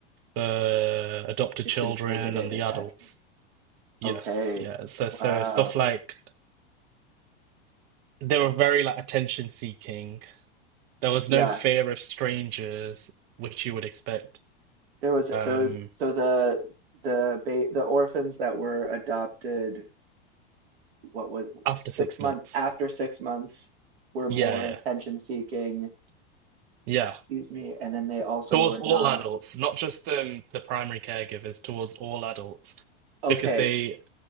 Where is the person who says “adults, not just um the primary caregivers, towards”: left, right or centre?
Right